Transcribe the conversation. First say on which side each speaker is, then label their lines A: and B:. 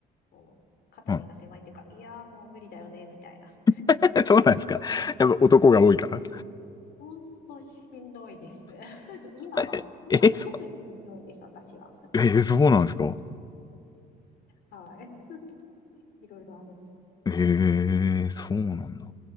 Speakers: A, on the left (about 70°); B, on the left (about 25°).
A: こう、肩身が狭いっていうか、
B: うん
A: いやーもう無理だよね、みたいな。
B: <laughs> そうなんですか。<laughs> やっぱ男が多いから。
A: ほんとしんどいです。<laughs> 今は、
B: <laughs>
A: 今特にしんどいです、
B: え、そ
A: 私は。
B: え、そうなんですか
A: はい。<laughs> いろいろある。
B: ええ、そうなんだ。